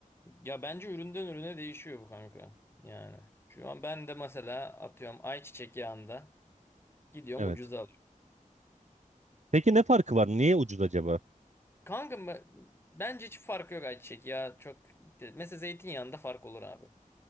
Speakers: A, on the left (about 15°); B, on the right (about 55°).
A: Ya bence üründen ürüne değişiyor bu kanka. Yani şu an ben de mesela atıyorum ayçiçek yağında Gidiyorum
B: Evet.
A: ucuza alıyorum.
B: Peki ne farkı var? Niye ucuz acaba?
A: Kanka mı- bence hiç farkı yok ayçiçek ya. Çok mesela zeytinyağında fark olur abi.